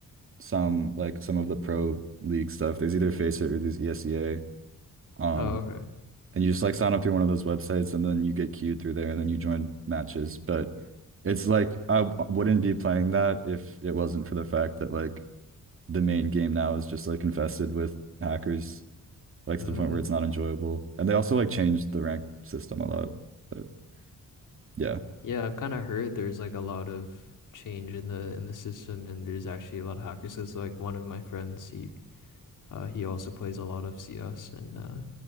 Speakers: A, on the right (about 40°); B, on the left (about 70°).
A: some like some of the pro league stuff. There's either Faceit or there's ESEA. Um,
B: Oh, okay.
A: and you just like sign up through one of those websites and then you get queued through there and then you join matches. But it's like I w- wouldn't be playing that if it wasn't for the fact that like the main game now is just like infested with hackers, like
B: Hmm.
A: to the point where it's not enjoyable. And they also like changed the rank system a lot. But yeah,
B: Yeah, I've kind of heard there's like a lot of change in the in the system, and there's actually a lot of hackers. 'Cause like one of my friends, he uh he also plays a lot of CS, and uh